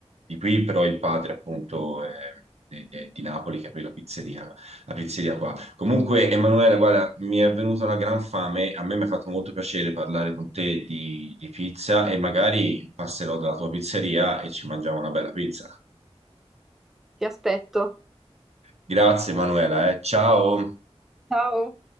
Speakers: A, on the right; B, in the centre.
A: di qui, però il padre appunto eh, eh, eh, di Napoli che aprì la pizzeria, la pizzeria qua. Comunque, Emanuele, guarda, mi è venuta una gran fame. A me mi ha fatto molto piacere parlare con te di, di pizza e magari passerò dalla tua pizzeria e ci mangiamo una bella pizza.
B: ti aspetto.
A: Grazie, Emanuela, eh. Ciao.
B: Ciao.